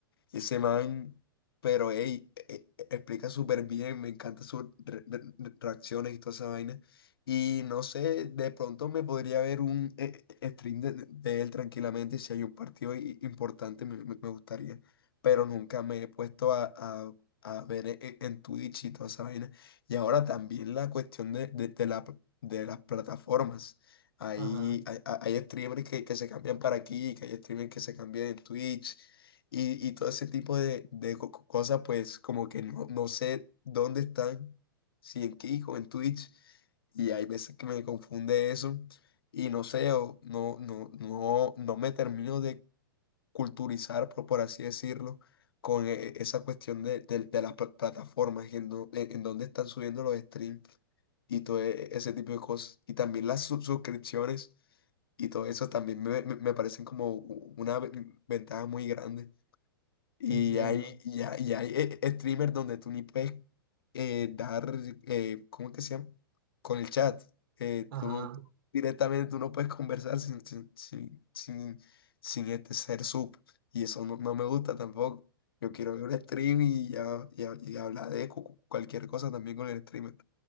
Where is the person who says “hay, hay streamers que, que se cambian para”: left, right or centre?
Left